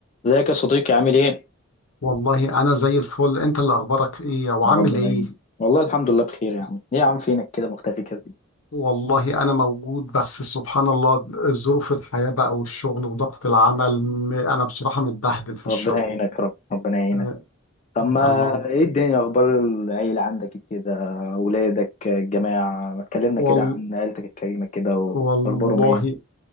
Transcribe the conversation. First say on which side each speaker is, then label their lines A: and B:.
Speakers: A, on the left (about 30°); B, on the left (about 75°).
A: ازيك يا صديقي عامل ايه؟
B: والله أنا زي الفل أنت اللي أخبارك إيه وعامل
A: يا رب دايما
B: إيه
A: والله الحمد لله بخير يا عم ايه يا عم فينك كده مختفي كده
B: والله أنا موجود بس سبحان الله ظروف الحياة بقى والشغل وضغط العمل م- أنا بصراحة متبهدل في الشغل
A: ربنا يعينك يا رب ربنا يعينك
B: آه،
A: طب ما
B: فالموضوع
A: ايه الدنيا إيه اخبار العيلة عندك إيه كده اولادك الجماعة ما تكلمنا
B: وال...
A: كده عن عيلتك الكريمة كده
B: والله
A: واخبارهم ايه؟